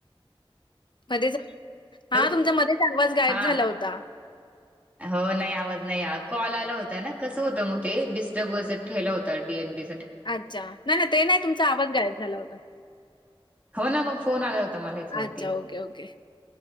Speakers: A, on the left; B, on the right.
A: मधेच
B: हॅलो
A: हा तुमचा मधेच आवाज गायब
B: हा
A: झाला होता.
B: हो नाही आवाज नाही या कॉल आला होता ना, कसं होतं मग ते डिस्टर्बस ठेवलं होतं डी एन बी
A: अच्चा नाई नाई ते नाई तुमचा आवाज गायब झाला होता.
B: हो ना मग फोन आला होता मला हच्यावरती.
A: अच्छा. Okay, okay.